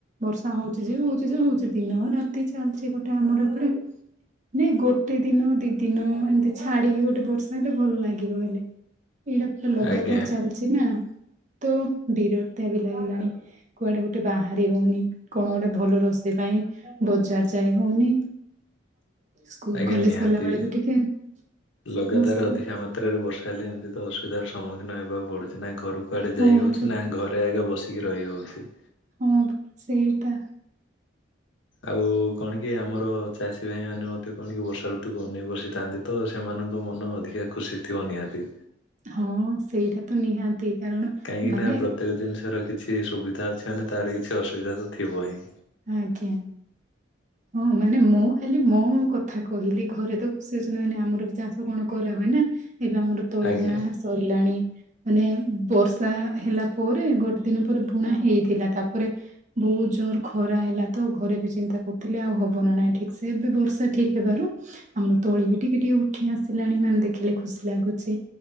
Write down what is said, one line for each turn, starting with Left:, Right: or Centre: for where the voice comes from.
Right: ବର୍ଷା ହଉଚି ଯେ ହଉଚି ଯେ ହଉଚି ଦିନ ରାତି ଚାଲିଚି ଗୋଟେ ଆମର ଏପଟେ। ନାଇଁ ଗୋଟେ ଦିନ ଦି ଦିନ ଏମିତି ଛାଡିକି ଗୋଟେ ବର୍ଷା ହେଲେ ଭଲ ଲାଗିବ ହେଲେ। ଏଇଟା ପୁରା ଲଗାତାର
Left: ଆଜ୍ଞା
Right: ଚାଲିଚି ନା। ତ ବିରକ୍ତିଆ ବି ଲାଗିଲାଣି। କୁଆଡେ ଗୋଟେ ବାହାରି ହଉନି। କଣ ଗୋଟେ ଭଲ ରୋଷେଇ ପାଇଁ ବଜାର୍ ଯାଇ ହଉନି। ସ୍କୁଲ
Left: ଆଜ୍ଞା
Right: କଲେଜ
Left: ନିହାତି।
Right: ଗଲାବେଳେ ବି ଟିକେ
Left: ଲଗାତାର
Right: ସମସ୍ୟା।
Left: ଅଧିକା ବର୍ଷା ହେଲେ ଏମିତି ତ ଅସୁବିଧାର ସମ୍ମୁଖୀନ ହେବାକୁ ପଡୁଛି। ନା ଘରୁ କୁଆଡେ
Right: ହଁ
Left: ଯାଇ ହେଉଛି
Right: ପରା
Left: ନା ଘରେ ଆଗେ ବସି ଟିକେ ରହି ହଉଚି।
Right: ହଁ ସେଇଟା।
Left: ଆଉ କଣ କି ଆମର ଚାଷୀ ଭାଇ ମାନେ ମଧ୍ୟ କଣ କି ବର୍ଷା ଋତୁକୁ ଅନେଇ ବସିଥାନ୍ତି। ତ ସେମାନଙ୍କ ମନ ଅଧିକା ଖୁସି ଥିବ ନିହାତି।
Right: ହଁ ସେଇଟା ତ ନିହାତି। କାରଣ
Left: କାହିଁକିନା
Right: ମାନେ
Left: ପ୍ରତ୍ୟେକ ଜିନିଷର କିଛି ସୁବିଧା ଅଛି ମାନେ ତାର କିଛି ଅସୁବିଧା ତ ଥିବ ହିଁ।
Right: ଆଜ୍ଞା। ହଁ ମାନେ ମୁଁ ଖାଲି ମୋ କଥା କହିଲି। ଘରେ ତ ଖୁସି ଅଛନ୍ତି ମାନେ ଆମର ବି ଚାଷ କଣ କରା ହୁଏ ନା। ଏବେ ଆମର ତଳି
Left: ଆଜ୍ଞା
Right: ବୁଣା ସରିଲାଣି। ମାନେ ବର୍ଷା ହେଲା ପରେ ଗୋଟେ ଦିନ ପରେ ବୁଣା ହେଇଥିଲା। ତାପରେ ବହୁତ ଜୋର ଖରା ହେଲା ତ ଘରେ ବି ଚିନ୍ତା କରୁ ଥିଲେ ଆଉ ହବ ନା ନାଇଁ ଠିକ୍ ସେ। ଏବେ ବର୍ଷା ଠିକ୍ ହେବାରୁ ଆମର ତଳି ବି ଟିକେ ଟିକେ ଉଠି ଆସିଲାଣି। ମାନେ ଦେଖିଲେ ଖୁସି ଲାଗୁଛି।